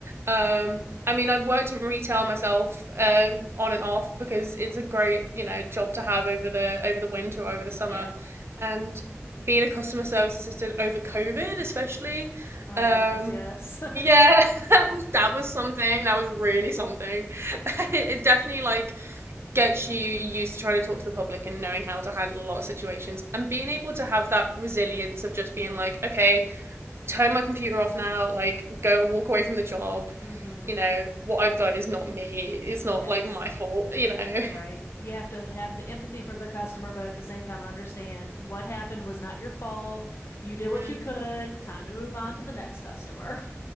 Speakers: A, on the right; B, on the left.
A: Um, I mean, I've worked in retail myself, um, on and off because it's a great, you know, job to have over the over the winter or over the summer.
B: Yeah.
A: And being a customer service assistant over COVID, especially,
B: Oh,
A: um,
B: goodness. Yes.
A: yeah, <laughs> that was that was something. That was really something. <laughs>
B: <laughs> yes.
A: It definitely like gets you used to trying to talk to the public and knowing how to handle a lot of situations and being able to have that resilience of just being like, okay, turn my computer off now, like go walk away from the job.
B: Mm hmm.
A: You know, what I've done is not me. It's not
B: Yes.
A: like my fault, you know.
B: Right. You have to have the empathy for the customer, but at the same time, understand what happened was not your fault. You did what
A: <laughs>
B: you could. Time to move on to the next customer.